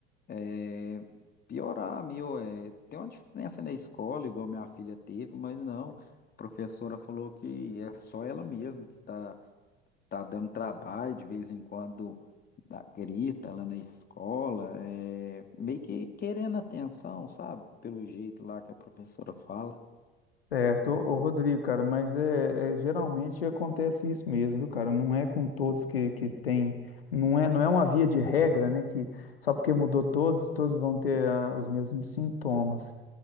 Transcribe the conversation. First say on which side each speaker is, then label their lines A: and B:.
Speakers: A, on the left; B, on the left.
A: É, piorar, meu, é, tem uma diferença na escola, igual minha filha teve, mas não, a professora falou que é só ela mesma que tá tá dando trabalho, de vez em quando dá- grita lá na escola, é, meio que querendo atenção, sabe? Pelo jeito lá que a professora fala.
B: Certo, ô, ô, Rodrigo, cara, mas é, é- geralmente acontece isso mesmo, viu, cara? Não é com todos que, que tem, não é, não é uma via de regra, né? Que só porque mudou todos, todos vão ter ah, os mesmos sintomas.